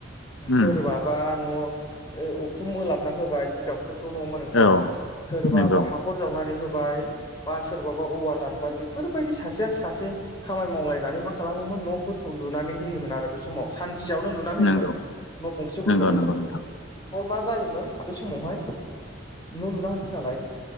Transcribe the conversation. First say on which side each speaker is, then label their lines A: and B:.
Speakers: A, on the left (about 20°); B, on the left (about 85°).
A: सोरबाबा
B: उम
A: न' ओ उखुम होलाबना होबाय जिगाब फोरखौ नङा होमबा नोंथां
B: औ
A: सोरबाबा
B: नंगौ
A: हाखर जावनानै होबाय बा सोरबाबा औवा दानबाय बेफोरबायदि सासेया सासे खामानि मावलायनानै मा खालामोमोन न'फोरखौ लुनानै होयोमोन आरो बै समाव सानसेयावनो लुना होयोमोन
B: नंगौ
A: न' गंसेफोरखौ।
B: नंगौ नंगौ नोंथां
A: ओमफ्राय मा जायोमोन बे समावहाय न' लुना होनसै नालाय